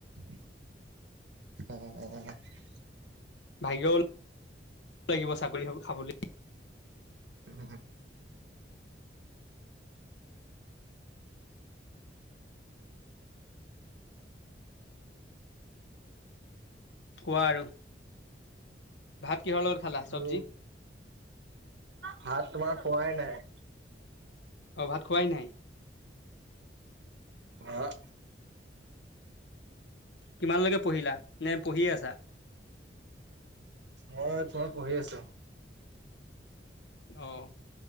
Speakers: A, on the right; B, on the left.
A: অ', অ'।
B: ভাগ্যও লাগিব চাকৰিৰ ধন খাবলৈ?
A: উম।
B: কোৱা আৰু? ভাত কিহৰ লগত খালা
A: আৰু
B: চব্জি?
A: ভাত তোমাৰ খোৱাই নাই।
B: অঁ ভাত খোৱাই নাই?
A: আ'হা'।
B: কিমানলৈকে পঢ়িলা নে পঢ়িয়ে আছা?
A: মই তোমাৰ পঢ়ি আছো।
B: অ',